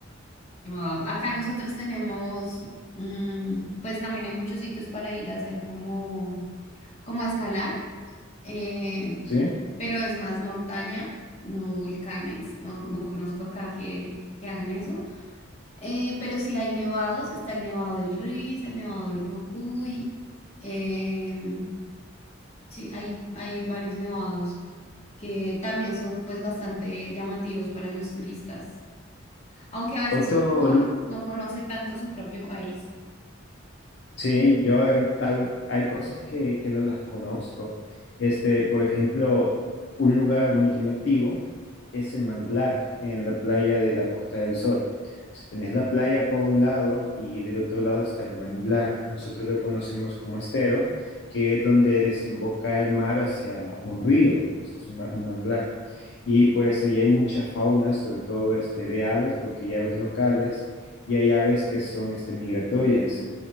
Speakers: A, on the left; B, on the left.
A: Wao, Acá nosotros tenemos, mm, pues también hay muchos sitios para ir a hacer como, como a escalar, eh,
B: ¿Sí?
A: pero es más montaña, no volcanes. No, no conozco acá que, que hagan eso. Eh, pero sí hay nevados, está el nevado del Riz, el nevado del Cocuy. em, sí, hay, hay, hay varios nevados que también son pues bastante llamativos para los turistas, aunque a veces
B: Otro
A: uno
B: lu-
A: no conoce tanto su propio país.
B: Sí, yo eh, hab- hay cosas que, que no las conozco. Este, por ejemplo, un lugar muy llamativo es el manglar en la playa de la Costa del Sol. O sea, tenés la playa por un lado y del otro lado está el manglar. Nosotros lo conocemos como estero, que es donde desemboca el mar hacia un río, o sea, es un, ma- un manglar. Y pues ahí hay mucha fauna, sobre todo este, de aves, porque hay aves locales y hay aves que son este, migratorias.